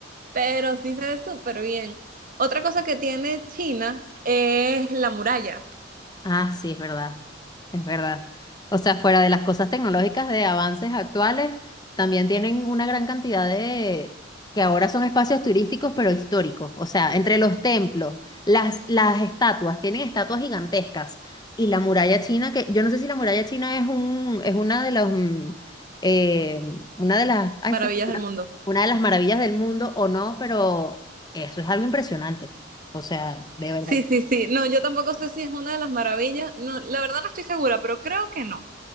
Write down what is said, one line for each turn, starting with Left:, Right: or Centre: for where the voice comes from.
Right: pero sí se ve súper bien. Otra cosa que tiene China es la muralla,
Left: Ah, sí, es verdad, es verdad. O sea, fuera de las cosas tecnológicas de avances actuales, también tienen una gran cantidad de, que ahora son espacios turísticos, pero históricos. O sea, entre los templos, las, las estatuas, tienen estatuas gigantescas. Y la muralla china, que yo no sé si la muralla china es un, es una de los, mm, eh, una de las, ay,
Right: maravillas
Left: se-
Right: del mundo.
Left: una de las maravillas del mundo o no, pero eso es algo impresionante. O sea, de verdad
Right: Sí, sí, sí, no, yo tampoco sé si es una de las maravillas, no, la verdad no estoy segura, pero creo que no.